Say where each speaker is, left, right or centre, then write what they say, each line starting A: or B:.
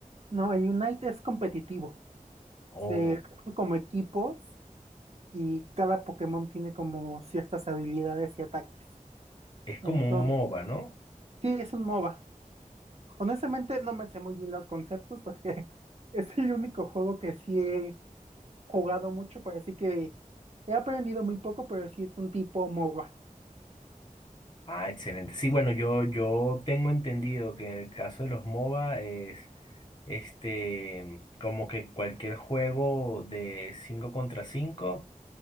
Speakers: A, on the right; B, on the left.
A: No, el Unite es competitivo.
B: Oh,
A: Se arman como equipos y cada Pokémon tiene como ciertas habilidades y ataques.
B: es como
A: Entonces,
B: un MOBA, ¿no?
A: sí, es un MOBA. Honestamente, no me sé muy bien los conceptos porque <laughs> es el único juego que sí he jugado mucho, pero así que he aprendido muy poco, pero sí es un tipo MOBA.
B: Ah, excelente. Sí, bueno, yo, yo tengo entendido que en el caso de los MOBA es este como que cualquier juego de 5 contra 5